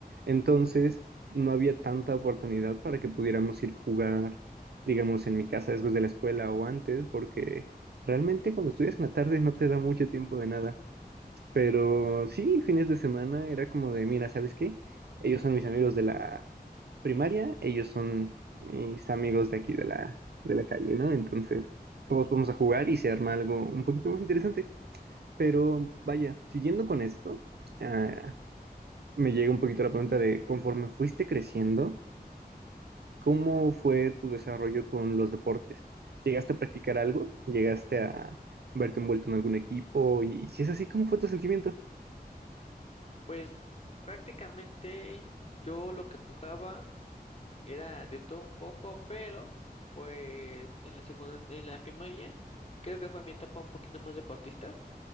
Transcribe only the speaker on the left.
Pues prácticamente yo lo que jugaba era de todo un poco, pero pues en la secund- en la primaria creo que fue mi etapa un poquito más deportista,